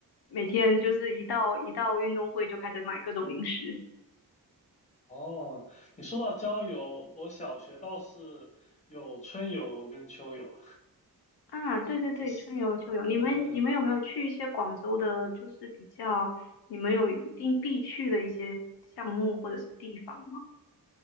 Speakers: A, on the left; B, on the left.
A: 每天就是一到一到运动会就开始买各种零食。
B: 哦，你说到郊游，我小学倒是有春游跟秋游，
A: 啊，对对对，
B: 就是
A: 春游秋游，你们你们有没有去一些广州的，
B: 嗯，呃
A: 就是比较你们有一定必去的一些项目或者是地方吗？